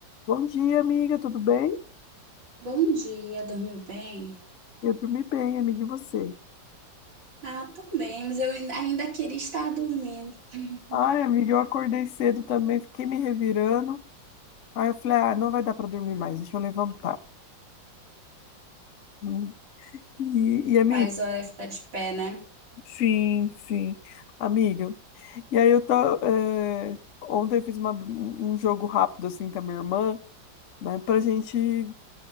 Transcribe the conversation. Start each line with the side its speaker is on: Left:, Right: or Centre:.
Left: Bom dia, amiga, tudo bem?
Right: Bom dia, dormiu bem?
Left: Eu dormi bem, amiga, e você?
Right: Ah, tô bem, mas eu ainda ainda queria estar dormindo. <laughs>
Left: Ai, amiga, eu acordei cedo também, fiquei me revirando. Aí eu falei, ah, não vai dar para dormir mais, deixa eu levantar. Hum. E, e amiga,
Right: Faz hora que tá de pé, né?
Left: sim, sim, amiga. E aí eu tá, é, ontem eu fiz uma- um jogo rápido assim com a minha irmã, né, pra gente